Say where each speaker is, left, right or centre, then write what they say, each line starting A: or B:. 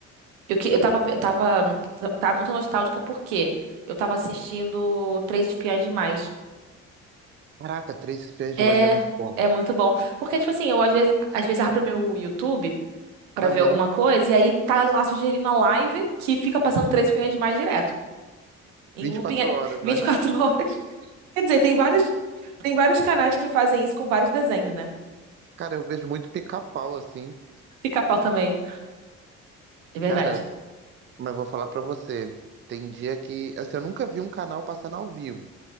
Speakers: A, on the right; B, on the right.
A: Eu, que- eu tava, eu tava, tava muito nostálgica porque eu tava assistindo Três Espiãs Demais.
B: Caraca, três espiãs demais
A: É,
B: é muito bom.
A: é muito bom. Porque, tipo assim, eu às vezes, às vezes abro meu YouTube pra
B: Aham.
A: ver alguma coisa e aí tá lá sugerindo a live que fica passando Três Espiãs Demais direto. Em
B: vinte
A: looping
B: e quatro
A: é
B: horas,
A: <laughs> vinte
B: né?
A: e quatro horas. <laughs> Quer dizer, tem vários, tem vários canais que fazem isso com vários desenhos, né?
B: Cara, eu vejo muito pica-pau, assim.
A: Pica-pau também. É verdade.
B: Cara, mas vou falar pra você. Tem dia que. Assim, eu nunca vi um canal passando ao vivo.